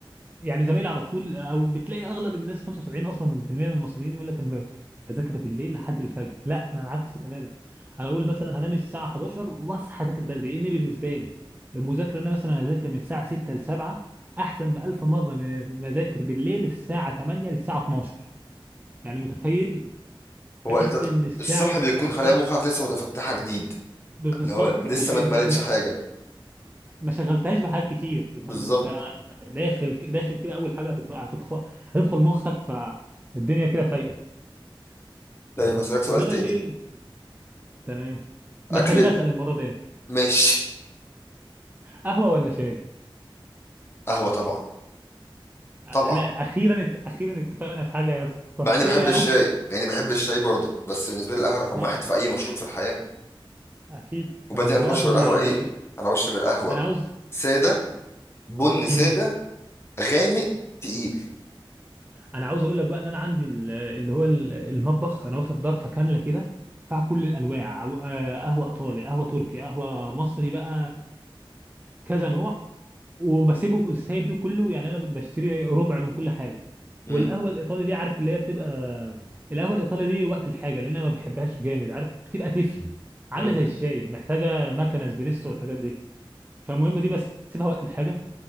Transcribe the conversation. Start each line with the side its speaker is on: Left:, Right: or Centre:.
Right: يعني زمايلي على طول او بتلاقي اغلب الناس 75 اصلا في المية من المصريين يقول لك انا بذاكر بالليل لحد الفجر لا انا العكس تماما انا اقول مثلا هنام الساعه 11 واصحى اذاكر بدري لان بالنسبه لي المذاكره ان انا مثلا اذاكر من الساعه 6 ل 7 احسن بألف مره من ما اذاكر بالليل الساعه 8 للساعه 12 يعني متخيل
Left: هو
Right: بحس
Left: أنت
Right: ان الساعه
Left: الصبح بيكون
Right: الساعه
Left: خلايا مخك لسه متفتحة جديد
Right: بالظبط
Left: هو لسه
Right: وفي
Left: ما اتملتش
Right: انت
Left: حاجة
Right: ما شغلتهاش بحاجات كتير
Left: بالظبط
Right: فانت داخل داخل كده اول حاجه هتدخل هتدخل, هتدخل مخك فالدنيا كده فايقه
Left: طيب هسألك سؤال
Right: انما
Left: تاني
Right: الليل تمام ما
Left: أكل
Right: تخليني اسال المره دي أنا.
Left: ماشي
Right: قهوه ولا شاي
Left: قهوة طبعا
Right: آه،
Left: طبعا
Right: لا اخيرا ات- اخيرا اتفقنا في حاجه يا اسطى
Left: مع اني بحب
Right: ايه يا
Left: الشاي
Right: عم
Left: مع اني بحب الشاي برضه بس بالنسبه لي القهوه
Right: <laughs>
Left: رقم
Right: لا
Left: واحد في اي مشروب في الحياه
Right: أنا اكيد
Left: وبعدين
Right: القهوه
Left: انا بشرب القهوه
Right: دي لا يعلى
Left: ايه
Right: عليها
Left: انا بشرب القهوه
Right: انا عاوز
Left: ساده بن ساده
Right: مم.
Left: غامق تقيل
Right: انا عاوز اقول لك بقى ان انا عندي ال- اللي هو ال- المطبخ انا واخد ضرفه كامله كده بتاع كل الانواع أو- آه، قهوه ايطالي قهوه تركي قهوه مصري بقى كذا نوع وبسيبه سايب ده كله يعني انا بشتري ربع من كل حاجه
Left: امم
Right: والقهوه الايطالي دي عارف اللي هي بتبقى القهوه الايطالي دي وقت الحاجه لان انا ما بحبهاش جامد عارف بتبقى تفل عامله
Left: امم
Right: زي الشاي محتاجه مكنه اسبريسو والحاجات دي فالمهم دي بسيبها وقت الحاجه